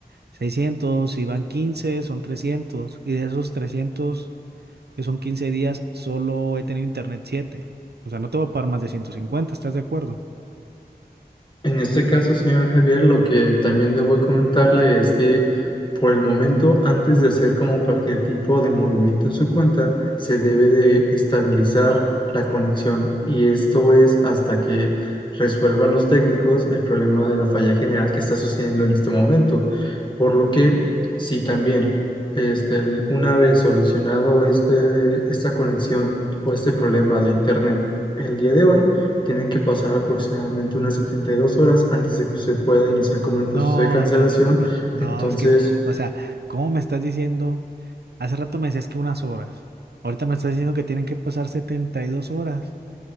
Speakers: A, on the right (about 80°); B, on the left (about 30°).
A: 600 si van 15 son trescientos Y de esos trescientos que son 15 días, solo he tenido internet siete O sea, no te voy a pagar más de ciento cincuenta ¿estás de acuerdo?
B: En este caso, señor Javier, lo que también debo comentarle es que por el momento, antes de hacer como cualquier tipo de movimiento en su cuenta, se debe de estabilizar la conexión y esto es hasta que resuelvan los técnicos el problema de la falla general que está sucediendo en este momento. Por lo que, si también este, el- una vez solucionado este, esta conexión o este problema de internet el día de hoy, tienen que pasar aproximadamente unas 72 horas antes de que usted pueda iniciar como el
A: No,
B: proceso de cancelación.
A: no, no, no, no. No,
B: Entonces,
A: es que, o sea, ¿cómo me estás diciendo? Hace rato me decías que unas horas. Ahorita me estás diciendo que tienen que pasar 72 horas.